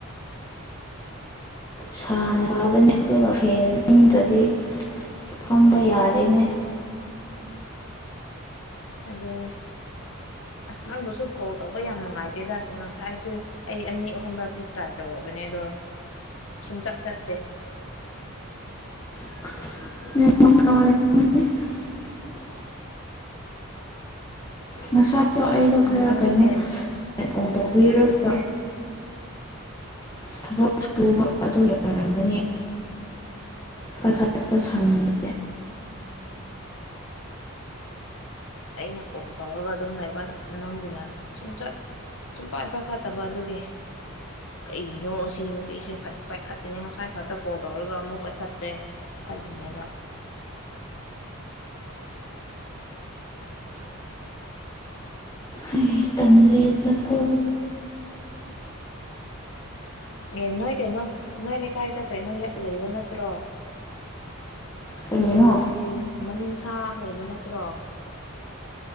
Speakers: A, on the left; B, on the left.
A: ꯁꯥꯅ ꯁꯥꯕꯅꯦ ꯑꯗꯨꯒ ꯐꯦꯟ ꯑꯨꯡꯗ꯭ꯔꯗꯤ ꯐꯝꯕ ꯌꯥꯗꯦꯅꯦ
B: ꯑꯗꯨꯅꯦ ꯑꯁ ꯅꯪꯕꯨꯁꯨ ꯀꯣꯜ ꯇꯧꯕ ꯌꯥꯝ ꯅꯨꯡꯉꯥꯏꯇꯦꯗ ꯉꯁꯥꯏꯁꯨ ꯑꯩ ꯑꯅꯤ ꯑꯍꯨꯝꯂꯛꯇꯤ ꯇ꯭ꯔꯥꯏ ꯇꯧꯔꯕꯅꯦ ꯑꯗꯣ ꯁꯨꯡꯆꯠ ꯆꯠꯇꯦ
A: <unintelligible> ꯉꯥꯁꯥꯏ ꯑꯗꯣ ꯑꯩꯗꯣ ꯈꯔ
B: ꯅꯪꯒꯤꯁꯦ
A: ꯀꯩꯅꯣ ꯇꯧꯕꯤꯔꯛꯇ ꯊꯕꯛ ꯁꯨꯕ ꯑꯗꯨꯒꯤ ꯑꯣꯏꯔꯝꯒꯅꯤ <unintelligible>
B: ꯑꯩꯅ ꯀꯣꯜ ꯇꯧꯔꯒ ꯑꯗꯨꯝ ꯂꯩꯕ ꯅꯪꯒꯤꯅ ꯁꯨꯡꯆꯠ ꯁꯨꯡ ꯄꯥꯏ ꯄꯥꯏꯈꯠꯇꯕ ꯑꯗꯨꯒꯤ ꯀꯩꯅꯣ ꯁꯤ ꯅꯨꯄꯤꯁꯦ ꯐꯠ ꯄꯥꯏꯈꯠꯇꯅꯦ ꯉꯁꯥꯏ ꯈꯛꯇ ꯀꯣꯜ ꯇꯧꯔꯒ ꯑꯃꯨꯛ ꯄꯥꯏꯈꯠꯇ꯭ꯔꯦ ꯈꯜꯂꯤꯅꯦꯕ
A: ꯑꯩ ꯇꯟꯂꯦꯗꯀꯣ
B: ꯑꯦ ꯅꯣꯏ ꯀꯩꯅꯣ ꯅꯣꯏ ꯂꯩꯀꯥꯏꯗ ꯀꯩꯅꯣ ꯂꯩꯕ ꯅꯠꯇ꯭ꯔꯣ
A: ꯀꯔꯤꯅꯣ
B: ꯁꯤ ꯃꯅꯨꯡꯁꯥ ꯂꯩꯕ ꯅꯠ ꯨ ꯇ꯭ꯔꯣ